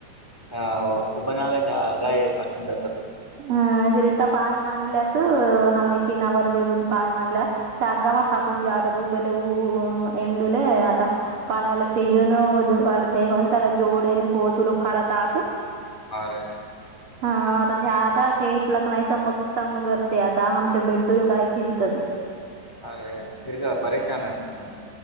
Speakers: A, on the left; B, on the right.
A: ह हो बनलाय त्या गाय पाठून जात तु
B: ह ज रिता पाय मानल्यास हम टिनावर वेगून पाय मानल्या गामा फाटून जात. दुबेऊ एंडूले आता पाण्याला फिजून दुवान त्याला जो कोोत फारत आात.
A: आ <unintelligible>
B: हा आता आता हे इथल क नाहीस मक्तम करते, आता आमच्या बेड्डूड काय फिजतच
A: अरे फिरजला परेशान अस अस तु मग